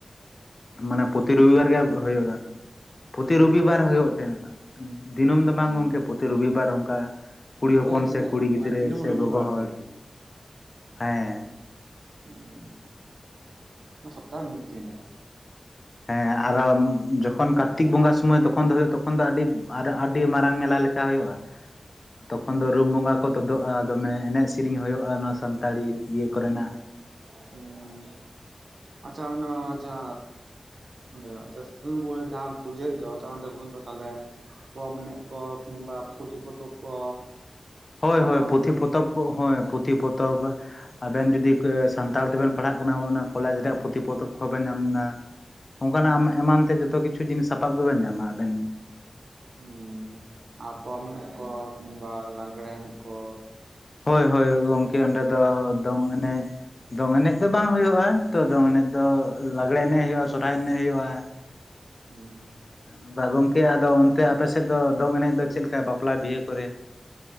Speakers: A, on the left; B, on the right.
A: ᱢᱟᱱᱮ ᱯᱨᱚᱛᱤ ᱨᱚᱵᱤᱵᱟᱨ ᱜᱮ ᱦᱩᱭᱩᱜ-ᱟ᱾ ᱯᱨᱚᱛᱤ
B: ᱢᱟᱱᱮ ᱫᱤᱱᱟᱹᱢ
A: ᱨᱚᱵᱤᱵᱟᱨ
B: ᱜᱮ
A: ᱦᱩᱭᱩᱜ
B: ᱪᱟᱜ
A: ᱛᱟᱦᱮᱸᱱᱟ᱾ ᱫᱤᱱᱟᱹᱢ ᱫᱚ ᱵᱟᱝ
B: ᱦᱮᱸ
A: ᱜᱚᱝᱠᱮ ᱯᱨᱚᱛᱤ ᱨᱚᱵᱤᱵᱟᱨ ᱚᱱᱠᱟ ᱠᱩᱲᱤ ᱦᱚᱯᱚᱱ
B: ᱳᱭ ᱟᱨᱠᱤ
A: ᱥᱮ ᱠᱩᱲᱤ ᱜᱤᱫᱽᱨᱟᱹ
B: ᱢᱟᱱᱮ ᱫᱤᱱᱟᱹᱢ
A: ᱥᱮ
B: ᱨᱚᱵᱤᱵᱟᱨ
A: ᱜᱚᱜᱚ
B: ᱟᱨᱠᱤ
A: ᱦᱚᱲ ᱦᱮᱸ᱾
B: ᱦᱩᱸ ᱚᱱᱟ ᱥᱚᱯᱛᱟ ᱨᱮ ᱢᱤᱫ ᱫᱤᱱ᱾
A: ᱦᱮᱸ ᱟᱨᱚ ᱡᱚᱠᱷᱚᱱ ᱠᱟᱨᱛᱤᱠ ᱵᱚᱸᱜᱟ ᱥᱳᱢᱟᱹᱭ ᱛᱚᱠᱷᱚᱱ ᱫᱚ ᱦᱳᱭᱳᱜ ᱛᱚᱠᱷᱚᱱ ᱫᱚ ᱟᱹᱰᱤ ᱥᱨ ᱟᱹᱰᱤ ᱢᱟᱨᱟᱝ ᱢᱮᱞᱟ ᱞᱮᱠᱟ ᱦᱳᱭᱳᱜ-ᱟ᱾ ᱛᱚᱠᱷᱚᱱ ᱫᱚ ᱨᱩᱢ ᱵᱚᱸᱜᱟ ᱠᱚ ᱛᱳᱫᱳᱜ-ᱟ ᱫᱚᱢᱮ᱾ ᱮᱱᱮᱡ ᱥᱮᱨᱤᱧ ᱦᱩᱭᱩᱜ-ᱟ ᱱᱚᱣᱟ ᱥᱟᱱ ᱛᱟᱲᱤ ᱤᱭᱟᱹ ᱠᱚᱨᱮᱱᱟᱜ᱾
B: ᱦᱩᱸ ᱟᱪᱪᱷᱟ ᱚᱱᱟ ᱟᱪᱪᱷᱟ᱾ ᱚᱸᱰᱮ ᱮᱛᱮ ᱥᱩᱥᱱᱤ ᱵᱩᱨᱩ ᱨᱮ ᱡᱟᱦᱟᱸ ᱯᱩᱡᱟᱹ ᱦᱩᱭᱩᱜ ᱫᱚ ᱛᱚᱠᱷᱚᱱ ᱚᱸᱰᱮ <unintelligible> ᱛᱟᱦᱞᱮ ᱯᱚᱨᱚᱵᱽ ᱮᱱᱮᱡ ᱠᱚ ᱠᱤᱝᱵᱟ ᱯᱩᱛᱷᱤ ᱯᱚᱛᱚᱵ ᱠᱚ᱾
A: ᱦᱳᱭ
B: ᱧᱟᱢᱚᱜᱼᱟ
A: ᱦᱳᱭ ᱯᱩᱛᱷᱤ
B: ᱛᱚ?
A: ᱯᱚᱛᱚᱵ ᱠᱚ ᱦᱳᱭ ᱯᱩᱛᱷᱤ ᱯᱚᱛᱚᱵ ᱟᱵᱮᱱ ᱡᱩᱫᱤ ᱥᱟᱱᱛᱟᱲ ᱛᱮᱵᱮᱱ ᱯᱟᱲᱦᱟᱜ ᱠᱟᱱᱟ ᱠᱚᱞᱮᱡᱽ ᱨᱮᱭᱟᱜ ᱯᱩᱛᱷᱤ ᱯᱚᱛᱚᱵ ᱵᱮᱱ ᱧᱟᱢᱫᱟ᱾ ᱚᱱᱠᱟᱱᱟᱜ ᱮᱢᱟᱱ ᱛᱮ ᱡᱚᱛᱚ ᱠᱤᱪᱷᱩ ᱡᱤᱱᱤᱥ ᱥᱟᱯᱟᱵ ᱜᱮᱵᱮᱱ ᱧᱟᱢᱟ ᱟᱵᱮᱱ?
B: ᱦᱩᱸ ᱟᱨ ᱯᱚᱨᱚᱢ ᱮᱱᱮᱡ ᱠᱚ ᱠᱤᱢᱵᱟ ᱞᱟᱸᱜᱽᱬᱮ ᱮᱱᱮᱡ ᱠᱚ,
A: ᱦᱳᱭ ᱦᱳᱭ ᱜᱚᱝᱠᱮ ᱚᱸᱰᱮ ᱫᱚ
B: ᱚᱱᱟ ᱠᱚ
A: ᱫᱚᱝ ᱮᱱᱮᱡ, ᱫᱚᱝ ᱮᱱᱮᱡ ᱫᱚ ᱵᱟᱝ ᱦᱳᱭᱳᱜᱼᱟ ᱛᱚ ᱫᱚᱝ ᱮᱱᱮᱡ ᱫᱚ ᱞᱟᱜᱽᱲᱮ ᱮᱱᱮᱡ ᱦᱳᱭᱳᱜᱼᱟ ᱥᱚᱨᱦᱟᱭ ᱮᱱᱮᱡ ᱦᱳᱭᱳᱜᱼᱟ᱾ <inaudible>
B: ᱦᱩᱸ,
A: ᱚᱱᱠᱟ ᱜᱚᱝᱠᱮ ᱟᱫᱚ ᱚᱱᱛᱮ ᱟᱯᱮᱥᱮᱫ ᱫᱚᱝ ᱮᱱᱮᱡ ᱫᱚ ᱪᱮᱫ ᱞᱮᱠᱟ ᱵᱟᱯᱞᱟ ᱵᱤᱦᱟᱹ ᱠᱚᱨᱮ?